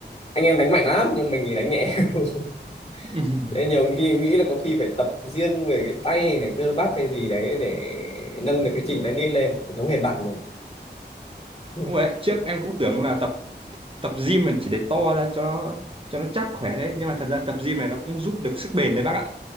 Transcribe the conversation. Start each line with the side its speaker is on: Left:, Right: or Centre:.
Left: anh em đánh mạnh lắm nhưng mình thì đánh nhẹ <laughs>
Right: <laughs>
Left: Thế nhiều khi nghĩ là có khi phải tập riêng về cái tay này cơ bắp hay gì đấy để nâng được cái trình tay nít lên giống hệt bạn luôn <laughs>
Right: đúng rồi đấy. trước em cũng tưởng là tập tập gym mình chỉ để to ra cho nó cho nó chắc khỏe đấy nhưng mà thật ra tập gym này nó cũng giúp được sức bền đấy bác ạ